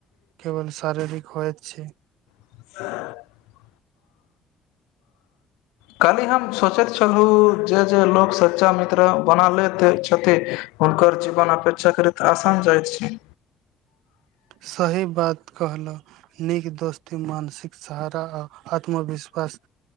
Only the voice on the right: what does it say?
केवल शारीरिक होइत छै।
सही बात कहलहु नीक दोस्त ती मानसिक सहारा आ आत्मविश्वास